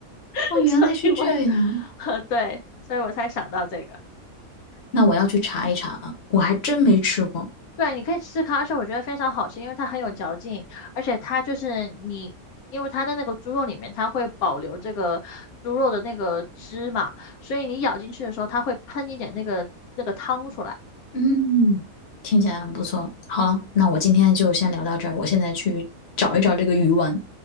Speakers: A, on the left; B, on the left.
A: <laughs>
B: 哦，原来是这样。
A: 所以我就，<laughs> 呃，对，所以我才想到这个。
B: 那我要去查一查了，我还真没吃过。
A: 对，你可以吃它，而且我觉得非常好吃，因为它很有嚼劲，而且它就是你，因为它的那个猪肉里面，它会保留这个猪肉的那个汁嘛，所以你咬进去的时候，它会喷一点那个那个汤出来。
B: 嗯，听起来很不错。好了，那我今天就先聊到这儿，我现在去找一找这个鱼丸。